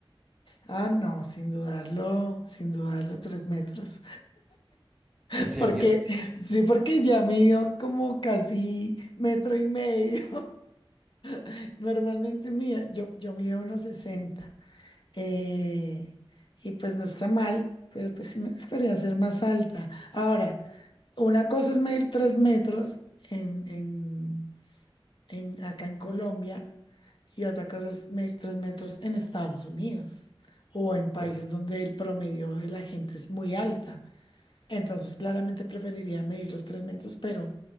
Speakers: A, on the left; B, in the centre.
A: Ah, no, sin dudarlo, sin dudarlo, tres metros. <laughs>
B: ¿En serio?
A: Porque, sí, porque ya mido como casi metro y medio. <laughs> Normalmente mía, yo, yo mido unos sesenta eh, y pues no está mal, pero pues sí me gustaría ser más alta. Ahora, una cosa es medir tres metros en en, en- acá en Colombia y otra cosa es medir tres metros en Estados Unidos o en países
B: Uf,
A: donde el promedio de la gente es muy alta. Entonces, claramente preferiría medir los tres metros, pero